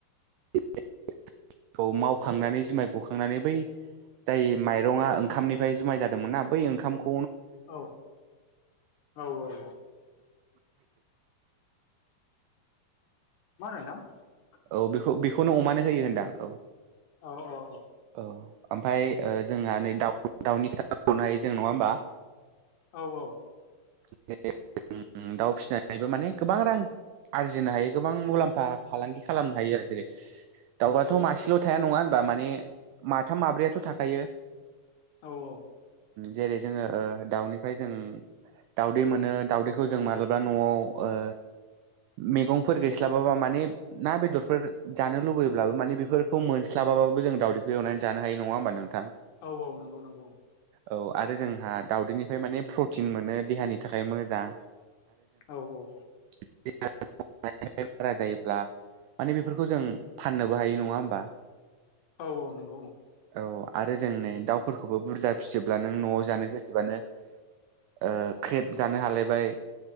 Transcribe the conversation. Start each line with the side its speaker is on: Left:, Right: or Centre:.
Right: <unintelligible> खौ मावखांनानै जुमाय ग नानै बै जाय माइंरंआ ओंखामनिफ्राय जुमाय जादोंमो ना बै ओंखाम ख
Left: औ औ औ औ। मार ओन्दों थां
Right: औ बेखौ बेखौनो अमानो होयो होनदां औ।
Left: औ औ औ।
Right: औ ओमफ्राय जोंहा नै दाउ दाउनि खोथा बुंनो हायो जों नङा होमबा
Left: औ औ।
Right: <inaudible> दाउ फिसिनानैबो माने गोबां रां आरजिनो हायो गोबां मुलाम्फा फालांगि खालामनो हायो आरो जेरै दाउआथ'
Left: औ
Right: मासेल' थाया नङा होनबा माने माथाम माब्रैयाथ' थाखायो
Left: औ औ
Right: जेरै जोङो ओ दाउनिफ्राय जों दाउदै मोनो दाउदैखौ जों मालाबा न'आव ओह मेगंफोर गैस्लाबाबा माने ना बेदरफोर जानो लुबैयोब्लाबो माने बेफोरखौ मोनस्लाब बाबाबो जों दावदैखौ एनानैनो जानो हायो नङा होमबा नों
Left: औ औ नंगौ नंगौ।
Right: औ आरो जोंहा दावउदैनिफ्राय माने प्रटिन मोनो देहानि थाखाय मोजां।
Left: औ औ औ
Right: <unintelligible> <unintelligible> बारा जायोब्ला माने बेफोरखौ जों फाननोबो हायो नङा होमबा?
Left: औ औ नंगौ औ।
Right: औ आरो जों नै दाउफोरखौबो बुरजा फिजोबब्ला नों न'आव जानो गोसोबानो ओ ख्रेब जानो हालायबाय।